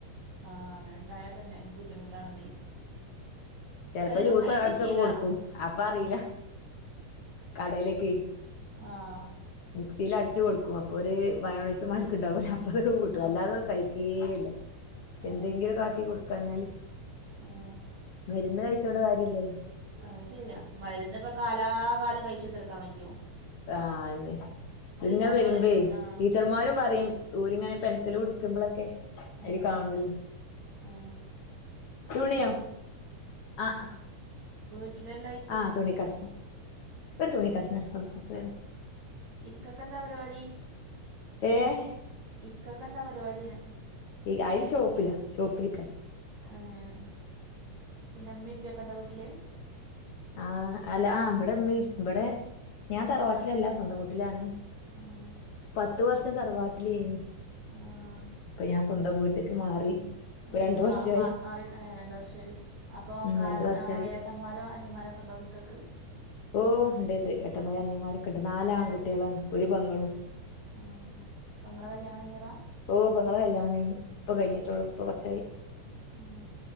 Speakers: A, on the right; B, on the left.
A: ആഹ് അങ്ങനെണ്ടായാ തന്നെ ബുദ്ധിമുട്ടാണതേ.
B: ചെലപ്പ
A: എല്ലാം
B: ജ്യൂസ
A: കഴിച്ച്
B: അടിച്ചൊക്കെ
A: ശീലാണം
B: കൊടുക്കും, അപ്പ അറീല
A: ആ
B: കടെലേക്ക്.
A: ആഹ്
B: മിക്സിയില് അടിച്ച് കൊടുക്കും അപ്പോ ഒരു മയോണയ്സ്മാരിക്ക് ഇണ്ടാവുല്ലേ അപ്പതൊക്കെ കൂട്ടും,
A: ആ
B: അല്ലാതെ കഴി ക്കേല്ല
A: ആ
B: എന്തെങ്കിലും കാട്ടി കൊടുക്കാഞ്ഞാല്.
A: ആ
B: മരുന്ന് കഴിച്ചോണ്ട് കാര്യല്ലല്ലോ.
A: അയ്ശെരിയാ മരുന്ന് ഇപ്പ കാലാകാലം കഴിച്ചുത്തറക്കാൻ പറ്റോ.
B: ആഹ് അന്നെ പിന്നേ
A: ഞമ്മള്
B: വെരുമ്പേ
A: ആ
B: ടീച്ചർമാരും പറയും തൂരിങ്ങാന പെൻസില് പിടിക്കുമ്പളൊക്കെ അയില്
A: ആ
B: കാണുവല്ലോ.
A: ആ
B: തുണിയോ
A: അത്
B: ആഹ് ആഹ്
A: വീട്ടിലിള്ളേയ്
B: ആഹ് തുണികഷ്ണം, ഒരു തുണി കഷ്ണം എട്ത്ത് <unintelligible> പോയോ
A: ഇക്കക്ക് എന്താ പരിപാടി?
B: ഏഹ്
A: ഇക്കക്ക് എന്താ പരിപാടീന്ന്?
B: ഈ അയാള് ഷോപ്പില ഷോപ്പിലിക്കല.
A: ഏഹ് പിന്നെ ഇമ്മീ ഇപ്പി ഒക്കെ ഉണ്ടോ വീട്ടില്.
B: ആഹ് അല്ല ആഹ് ഇവടെ ഉമ്മി ഇവടെ ഞാൻ തറവാട്ടിലല്ല,
A: ത
B: സ്വന്തം വീട്ടിലാണ്,
A: ആഹ്
B: പത്ത് വർഷം തറവാട്ടിലേനി.
A: ആഹ്
B: ഇപ്പ ഞാൻ സ്വന്തം വീട്ടിക്ക് മാറി. ഇപ്പൊ
A: ആ
B: രണ്ട്
A: വ
B: വർഷായി
A: മ മാറി ഏ രണ്ട് വർഷായി അപ്പോ
B: ഉം
A: കാര
B: രണ്ട് വർഷായി
A: ആഹ് ഏഹ് ട്ടന്മാരോ അനിയന്മാരൊക്കെണ്ടോ ഇക്കക്ക്.
B: ഓ ഇണ്ട് ഇണ്ട് എട്ടന്മാര് അനിയന്മാരൊക്കെ ഇണ്ട്, നാല് ആൺകുട്ടികളാണ്,
A: ഏ
B: ഒരു പെങ്ങളും.
A: ആഹ് പെങ്ങളെ കല്യാണം കഴിഞ്ഞതാ?
B: ഓ പെങ്ങളെ കല്യാണം കഴിഞ്ഞു ഇപ്പ കഴിഞ്ഞിട്ടൊള്ളു ഇപ്പ കൊറച്ചായി.
A: മ്